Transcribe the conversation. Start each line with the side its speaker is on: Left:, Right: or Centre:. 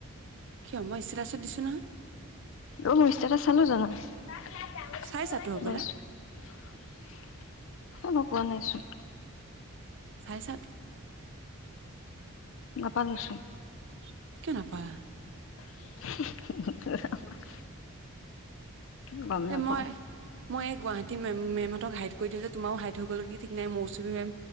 Right: কিয় মই ষ্টেটাচত দিছো নহয়
Left: অ মোৰ ইচতেতাচ চালো জানো <unintelligible>
Right: চাইছাতো হ'বলা
Left: চাব পোৱা নাইচোন
Right: চাইছাটো
Left: নাপালোচোন
Right: <unintelligible> কিয় নাপালা
Left: <unintelligible> গম নাপাওঁ
Right: এ মই মই এই গুৱাহাটী ম মেম ত হাইট কৰি থৈলে যে তোমাৰওাইট হৈ গ'ল কি ঠিক নাই মৌচুমী মেম